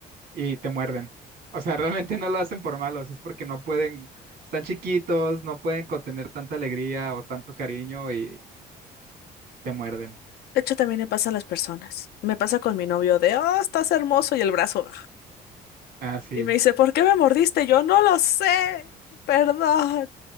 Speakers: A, on the right; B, on the left.
A: y te muerden. O sea, <laughs> realmente no lo hacen por malos, es porque no pueden, están chiquitos, no pueden contener tanta alegría o tanto cariño y te muerden.
B: De hecho, también me pasa a las personas. Me pasa con mi novio de, oh, estás hermoso y el brazo.
A: Ah, sí,
B: Y me dice, ¿por qué me mordiste? Yo no lo sé. Perdón.